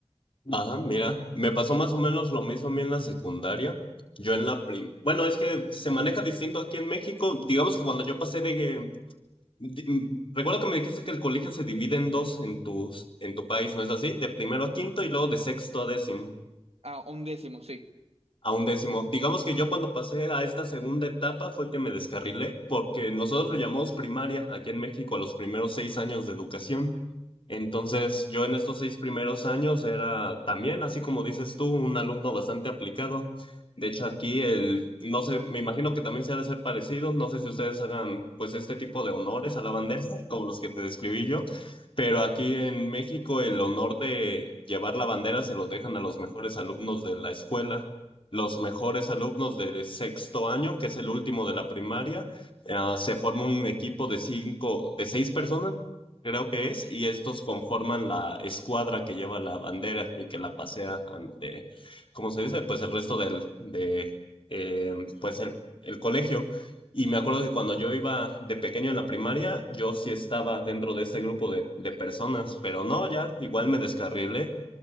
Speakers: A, on the left (about 55°); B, on the right (about 80°).
A: Ah, mira, me pasó más o menos lo mismo a mí en la secundaria. Yo en la prim... Bueno, es que se maneja distinto aquí en México. Digamos que cuando yo pasé de... di- mm, Recuerdo que me dijiste que el colegio se divide en dos en tus, en tu país, ¿no es así? De primero a quinto y luego de sexto a décimo.
B: A un décimo, sí.
A: A un décimo. Digamos que yo cuando pasé a esta segunda etapa fue que me descarrilé, porque nosotros lo llamamos primaria aquí en México a los primeros seis años de educación. Entonces, yo en estos seis primeros años era también, así como dices tú, un alumno bastante aplicado. De hecho, aquí el, no sé, me imagino que también se ha de ser parecido. No sé si ustedes hagan, pues, este tipo de honores a la bandera, <laughs> como los que te describí yo. Pero aquí en México el honor de llevar la bandera se lo dejan a los mejores alumnos de la escuela los mejores alumnos del sexto año, que es el último de la primaria. Ah, se forma un equipo de cinco, de seis personas, creo que es, y estos conforman la escuadra que lleva la bandera y que la pasea ante, ¿cómo se dice? Pues el resto del, de, eh, pues el, el colegio. Y me acuerdo que cuando yo iba de pequeño en la primaria, yo sí estaba dentro de este grupo de, de personas, pero no, ya igual me descarrilé